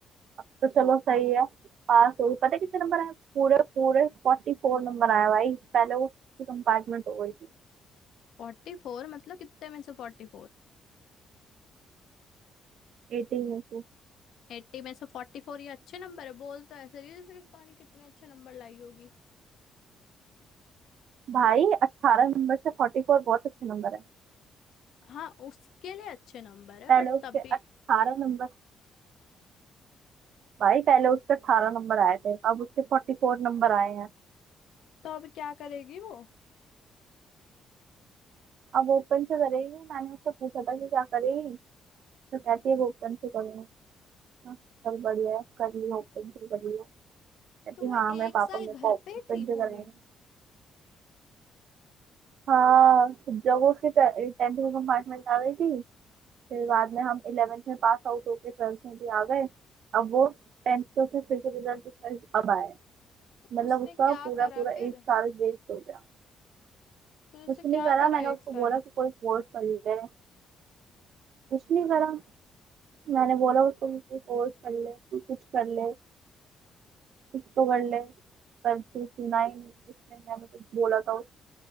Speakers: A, on the right (about 65°); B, on the left (about 70°).
A: तो चलो सही है पास हो गई पता है कितने नंबर आए पूरे पूरे फोर्टी फोर नंबर आया भाई पहले वो किसी कंपार्टमेंट हो गई थी
B: फोर्टी फोर मतलब कितने में से फोर्टी फोर
A: एटीन में से
B: एट्टी में से फोर्टी फोर ये अच्छे नंबर है बोल तो ऐसे रही है जैसे कि पता नहीं कितने अच्छे नंबर लाई होगी
A: भाई अट्ठारह नंबर से फोर्टी फोर बहुत अच्छे नंबर है
B: हाँ उसके लिए अच्छे नंबर है
A: पहले
B: बट
A: उसके
B: तब
A: अट्ठारह
B: भी
A: नंबर भाई पहले उसके अट्ठारह नंबर आए थे अब उसके फोर्टी फोर नंबर आए हैं
B: तो अब क्या करेगी वो
A: अब ओपन से करेगी मैंने उससे पूछा था कि क्या करेगी तो कहती है वो ओपन से करूंगी हाँ, चल बढ़िया है कर लियो ओपन से कर लियो कहती
B: तो वो
A: हाँ
B: एक
A: मैं पापा
B: साल
A: मेरे
B: घर
A: को
B: पे
A: ओपन
B: ही थी
A: से कराएंगे
B: पूरी
A: हाँ जब वो उसके टेंथ में कंपार्टमेंट आ गई थी फिर बाद में हम इलेवेंथ में पास आउट होके ट्वेल्थ में भी आ गए अब वो टेंथ के उसके फिर से रिजल्ट अब आए
B: तो
A: मतलब
B: उसने
A: उसका
B: क्या
A: पूरा
B: करा
A: पूरा
B: फिर
A: एक साल वेस्ट हो गया
B: फिर उसे
A: कुछ
B: क्या
A: नहीं करा
B: करा
A: मैंने
B: एक
A: उसको
B: साल
A: बोला कि कोई कोर्स कर ले कुछ नहीं करा मैंने बोला उसको कि कोई कोर्स कर ले तू कुछ कर ले कुछ तो कर ले पर फिर सुना ही नहीं उसने मैंने कुछ बोला था